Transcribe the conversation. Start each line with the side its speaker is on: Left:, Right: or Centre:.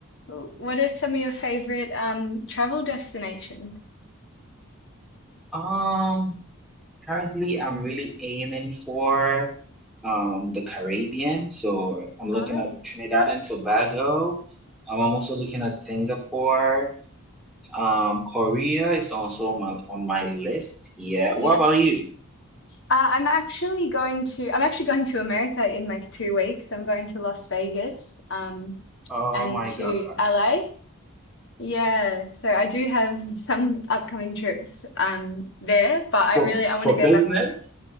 Left: Cool. What are some of your favorite um travel destinations?
Centre: Um, currently I'm really aiming for um the Caribbean. So I'm looking
Left: Oh,
Centre: at Trinidad and Tobago. Um, I'm also looking at Singapore. Um, Korea is also my, on my list. Yeah.
Left: Yeah.
Centre: What about you?
Left: Uh, I'm actually going to I'm actually going to America in like two weeks. I'm going to Las Vegas um
Centre: Oh
Left: and
Centre: my God.
Left: to LA. Yeah, so I do have <laughs> some upcoming trips um there, but I
Centre: For
Left: really I want
Centre: for
Left: to go
Centre: business?
Left: back to,